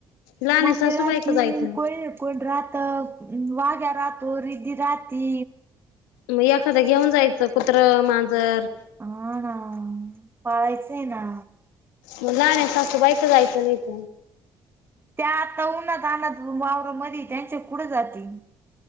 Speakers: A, on the left; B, on the right.
A: लहान
B: म्मी
A: सासूबाई
B: रा त
A: का जायचं
B: कोय कोड राात वाग्या राातो रिदी रााती
A: मग एखादं घेऊन जायचं कुत्रं मांजर
B: हा ना पाळायचंय ना
A: म ला नाही सासू बायक जायचं नाहीच
B: त्या आता उन्हाात अनथ वावररा मध त्यांच्या कुढं जातील